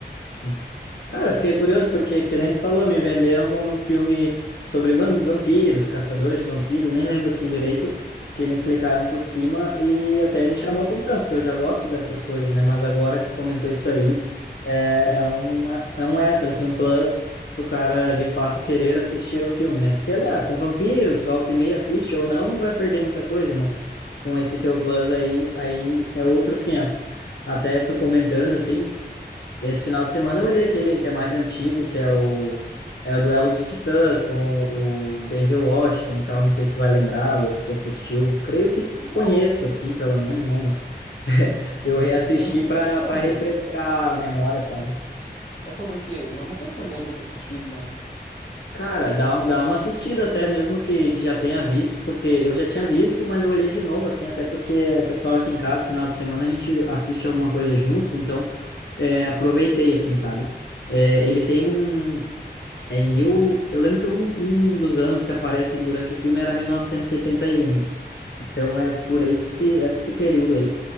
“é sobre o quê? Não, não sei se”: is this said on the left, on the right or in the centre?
Left